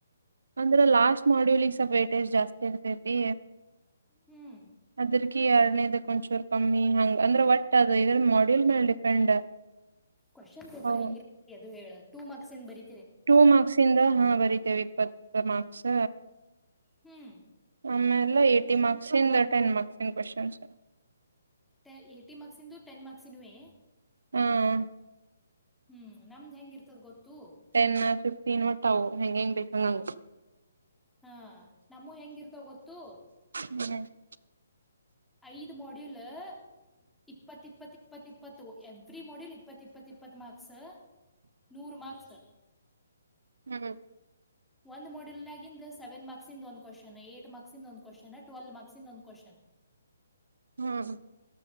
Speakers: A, on the right (about 65°); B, in the centre.
A: ಅಂದ್ರ ಲಾಸ್ಟ್ ಮಾಡ್ಯೂಲ್ಗ್ ಸ್ವಲ್ ವೇಟೇಜ್ ಜಾಸ್ತಿ ಇರ್ತೈತಿ
B: ಹ್ಮ್
A: ಅದ್ರಕ ಎರಡನೇದ ಒಂಚೂರು ಕಮ್ಮಿ ಹಂಗ ಅಂದ್ರೆ ಒಟ್ಟ ಅದು ಇದ್ರ ಮಾಡ್ಯೂಲ್ ಮೇಲ್ ಡಿಪೆಂಡ್
B: ಕ್ವಶನ್ ಪೇಪರ್
A: ಹೌ
B: ಹೆಂಗಿರಿ ಅದು ಹೇಳ ಟೂ ಮಾರ್ಕ್ಸ್ ನ್ ಬರೀ
A: ಟೂ ಮಾರ್ಕ್ಸಿಂದ ಹಾ ಬರಿತೇವೆ ಇಪ್ಪತ್ತು ಮಾರ್ಕ್ಸ್
B: ಹ್ಮ್
A: ಆಮೇಲೆ ಏಯ್ಟಿ ಮಾರ್ಕ್ಸಿಂದ ಟೆನ್ ಮಾರ್ಕ್ಸಿನ ಕ್ವೆಶನ್ಸ್
B: ಟಯ್ಟಿ ಮಾರ್ಕ್ಸಂದು ಟೆನ್ ಮಾರ್ಕ್ಸಿನವೇ
A: ಹ್ಮ್
B: ಹ್ಮ್ಮ್ ನಮ್ದ್ ಹೆಂಗ ಇರ್ತದ ಗೊತ್ತು?
A: ಟೆನ್ ಫಿಫ್ಟೀನ್ ಒಟ್ಟಾ ಅವು ಹೆಂಗ್ ಹೆಂಗ್ ಬೇಕ ಹಂಗಾಂಗ
B: ಹಾ ನಾಮವು ಹೆಂಗಿರ್ತಾವ ಗೊತ್ತು?
A: ಹ್ಮ <unintelligible>
B: ಐದು ಮಾಡ್ಯೂಲಾ... ಇಪ್ಪತ್ ಇಪ್ಪತ್ ಇಪ್ಪತ್ ಇಪ್ಪತ್ತು ಎವ್ರಿ ಮೋಡಿಲ್ ಇಪ್ಪತ್ ಇಪ್ಪತ್ ಇಪ್ಪತ್ತು ಮಾರ್ಕ್ಸ್ ನೂರ ಮಾರ್ಕ್ಸ್!
A: ಹ್ಮ್ ಹ್ಮ <inaudible>
B: ಒಂದ್ ಮಾಡೆಲ್ನಾಗಿಂದು ಸೆವೆನ್ ಮಾರ್ಕ್ಸ್ ಇಂದ್ ಒಂದ್ ಕ್ವಶ್ನ್ ಏಟ್ ಮಾರ್ಕ್ಸ ಇಂದ್ ಒಂದ್ ಕ್ವಶ್ನ್ ಟ್ವಾಲ್ ಮಾರ್ಕ್ಸಿಂದ ಒಂದ್ ಕ್ವಶ್ನ್.
A: ಹ್ಮ್ <inaudible>